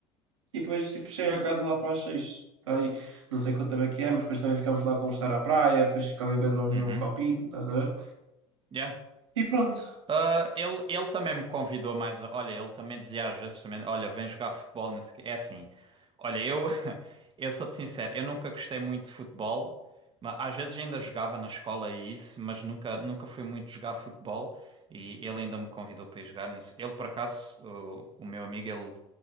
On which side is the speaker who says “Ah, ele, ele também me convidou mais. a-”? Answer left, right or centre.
Right